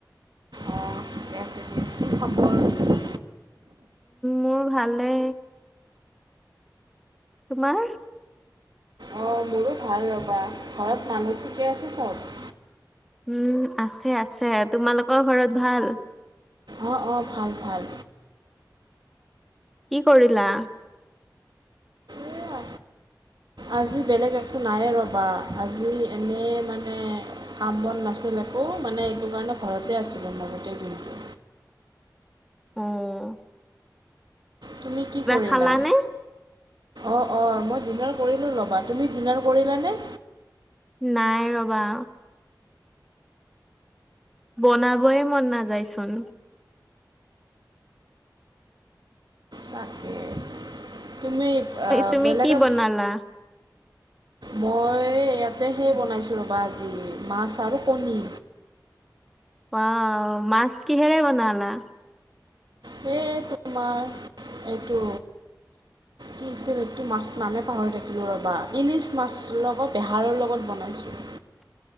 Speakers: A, on the right; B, in the centre.
A: অঁ ঠিকে আছে খবৰ।
B: মোৰ ভালে। তোমাৰ?
A: অ মোৰো ভাল ৰ'বা। ঘৰত মানুহ ঠিকে আছে চব?
B: উম আছে আছে। তোমালোকৰ ঘৰত ভাল?
A: অ অ ভাল ভাল।
B: কি কৰিলা?
A: এইয়া আজি বেলেগ একো নাই ৰ'বা আজি এনেই মানে কাম বন নাছিল একো মানে এইটো কাৰণে ঘৰতে আছিলো মই গোটেই দিনটো।
B: ওম।
A: তুমি কি কৰিলা?
B: খালানে?
A: অ অ মই ডিনাৰ কৰিলোঁ ল'বা। তুমি ডিনাৰ কৰিলানে?
B: নাই ৰ'বা। বনাবয়ে মন নাযায়চোন।
A: তাকে তুমি আ
B: তুমি
A: বেলেগক
B: কি বনালা?
A: মই ইয়াতে সে বনাইছোঁ ৰ'বা আজি মাছ আৰু কণী।
B: ৱাও মাছ কিহেৰে বনালা?
A: হে তোমাৰ এইটো কি আছিল টো মাছ নামে পাহৰি থাকিলো ৰ'বা ইলিছ মাছ লগত বেহাৰৰ লগত বনাইছো।